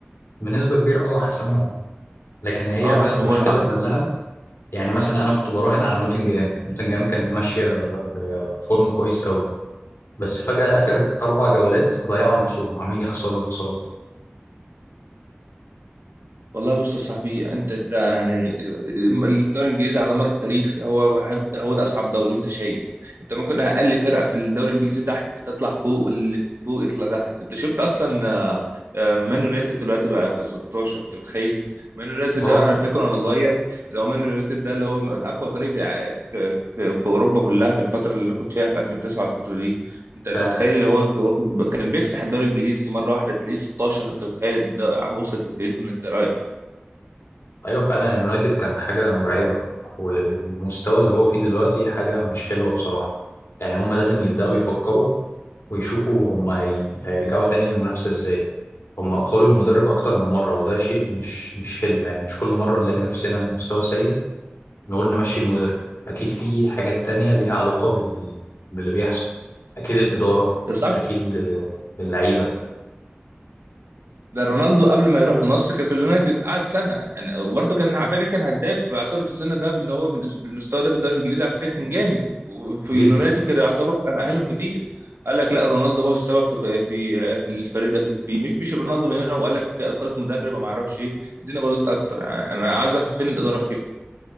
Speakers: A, on the left (about 75°); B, on the right (about 80°).
A: بنسبة كبيرة اه حسموها لكن هي
B: اه
A: بقى
B: حسموها
A: المشكلة كلها يعني مثلا أنا كنت براهن على نوتنجهام نوتنجهام كانت ماشية بفورم كويس قوي بس فجأة آخر أربع جولات ضيعوا نفسهم عمالين يخسروا يخسروا
B: والله بص يا صاحبي انت انت يعني الدوري الانجليزي على مر التاريخ هو هو ده اصعب دوري وانت شايف انت ممكن اقل فرقه في الدوري الانجليزي تحت تطلع فوق واللي فوق يطلع تحت انت شفت اصلا آه، آه، مان يونايتد دلوقتي بقى في 16 انت متخيل مان يونايتد
A: اه
B: ده انا فاكر وانا صغير اللي هو مان يونايتد ده اللي هو من اقوى فريق في الع- في, في, في اوروبا كلها في الفتره اللي انا كنت فيها في 2009 الفتره دي انت
A: فعلا
B: أنت متخيل اللي هو كان واخد- كان بيكسح الدوري الانجليزي مره واحده تلاقيه 16 انت متخيل الد- عم وصلت لفين ولا انت
A: ايوه فعلا اليونايتد كان حاجه مرعبه والمستوى اللي هو فيه دلوقتي حاجه مش حلوه بصراحه يعني هم لازم يبداوا يفكروا ويشوفوا هم هي- هيرجعوا تاني للمنافسه ازاي هم قالوا المدرب اكتر من مره وده شيء مش مش حلو يعني مش كل مره نلاقي نفسنا المستوى سيء نقول نمشي المدرب اكيد في حاجات تانية ليها علاقه بال... باللي بيحصل اكيد الاداره
B: بس عارف
A: اكيد آه، اللعيبه
B: ده رونالدو قبل ما يروح النصر كان في اليونايتد قعد سنه يعني وبرده كان على فكره كان هداف اعترف في السن ده بان هو بالس- بالمستوى ده في الدوري الانجليزي على فكره كان جامد وفي اليونايتد
A: جدا
B: كان يعتبر مأهلهم كتير قال لك لا رونالدو هو السبب في في في الفريق ده في مش مش رونالدو من هنا وقال لك قالت مدرب ما اعرفش ايه الدنيا باظت اكتر يعني انا عايز افهم فين الاداره في كده